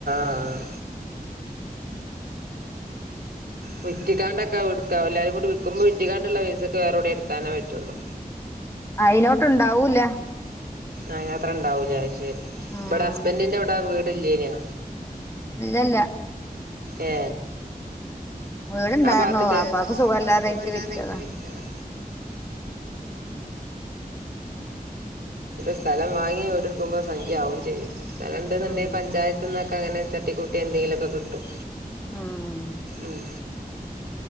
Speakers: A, on the right; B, on the left.
A: ആ വിറ്റിക്കാണ്ടൊക്കെ എടുക്ക എല്ലാരും കൂടി വികുമ്പോ വിറ്റ്ങ്ങാണ്ടുള്ള പൈസക്ക് വേറെവ്ടേ എടുക്കാനേ പറ്റുള്ളൂ
B: അയിനോട്ട്ണ്ടാവൂല
A: അയ്നാത്ര ഉണ്ടാവൂല അഹ്ശെരി
B: ഉം
A: ഇബടെ ഹസ്ബൻന്റി ന്റവ്ടെ വീട് ഇല്ലേനോ
B: ഇല്ലല്ല
A: ഏ
B: വീടുണ്ടായിരുന്നു
A: ആബാത്ത്ക്.
B: വാപ്പാക്ക്
A: <unintelligible> വാപ്പാക്
B: സുഖല്ലാതായിട്ട്
A: സുഖല്യായിട്ട്
B: വിറ്റതാണ്
A: വിറ്റതാ സ്ഥലം വാങ്ങി വീടെടുക്കുമ്പോ സംഖ്യ ആവും ചെയ്യും സ്ഥലംണ്ട് ന്ന്ണ്ടെങ്കി
B: ഉം
A: പഞ്ചായത്തിന്നൊക്കെ അങ്ങനെ തട്ടിക്കൂട്ടി എന്തെലൊക്കെ കിട്ടും
B: ഉം
A: ഉം